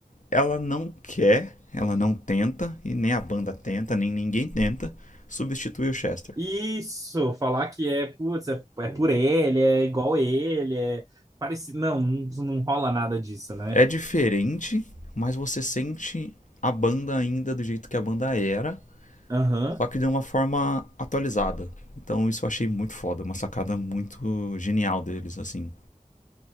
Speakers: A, on the left; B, on the right.
A: ela não quer, ela não tenta, e nem a banda tenta, nem ninguém tenta, substituir o Chester.
B: Isso, falar que é, putz, é, é por ele, é igual ele, é parecido. Não, não, não rola nada disso, né?
A: É diferente, mas você sente a banda ainda do jeito que a banda era,
B: Aham.
A: só que de uma forma atualizada. Então isso eu achei muito foda, uma sacada muito genial deles, assim.